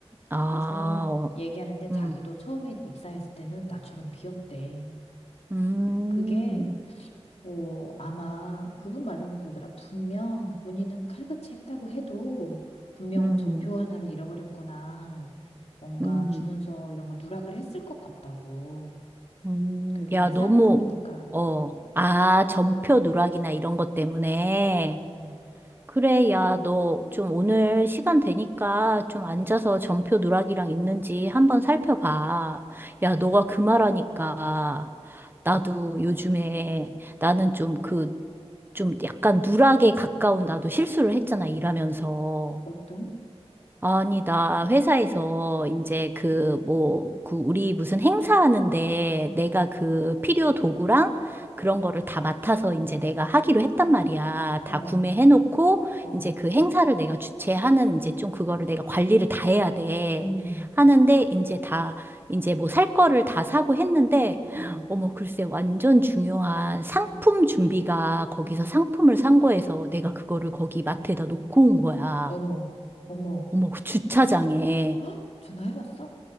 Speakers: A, on the right (about 20°); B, on the left (about 75°).
A: 아,
B: 그래서
A: 어,
B: 얘기하는데 자기도
A: 음,
B: 처음에 입사했을 때는 나처럼 비었대.
A: 음,
B: 그게 뭐, 아마 그분 말로는 그러더라. 분명 본인은 칼같이 했다고 해도 분명
A: 음,
B: 전표 하나를 잃어버렸거나 뭔가
A: 음,
B: 주문서 이런 걸 누락을 했을 것 같다고.
A: 음.
B: 그게
A: 야,
B: 이제 사람이니까.
A: 너무, 어, 아, 전표 누락이나 이런 것 때문에.
B: 음,
A: 그래, 야, 너 좀 오늘 시간 되니까 좀 앉아서 전표 누락이랑 있는지 한번 살펴봐. 야, 너가 그 말하니까 나도 요즘에 나는 좀 그, 좀 약간 누락에 가까운 나도 실수를 했잖아, 일하면서.
B: 보통?
A: 아니, 나 회사에서 이제 그 뭐, 그 우리 무슨 행사하는데
B: 음,
A: 내가 그 필요 도구랑 그런 거를 다 맡아서 이제 내가 하기로 했단 말이야.
B: 어,
A: 다 구매해놓고
B: 어,
A: 이제 그 행사를 내가 주최하는 이제 좀 그거를 내가 관리를 다 해야 돼.
B: 음,
A: 하는데 이제 다 이제 뭐 살 거를 다 사고 했는데
B: 음,
A: 어머, 글쎄 완전 중요한 상품
B: 음,
A: 준비가 거기서
B: 음.
A: 상품을 산 거에서 내가 그거를 거기 마트에다 놓고 온 거야.
B: 어머, 어머.
A: 어머, 그 주차장에.
B: 헉, 전화해봤어?